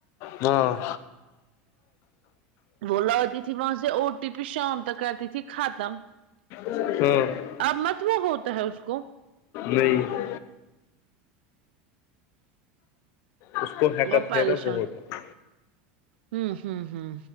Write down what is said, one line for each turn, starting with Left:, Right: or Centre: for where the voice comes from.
Left: ناں
Right: وہ ل تھی و سے او ٹی پی شام تک کر تھی ختم
Left: ہوں
Right: اب مت وہ ہوتا ہے اس کو
Left: نہیں اس کو حیکت
Right: وہ پریشان
Left: ہے نا بہت
Right: ھم ہم ہم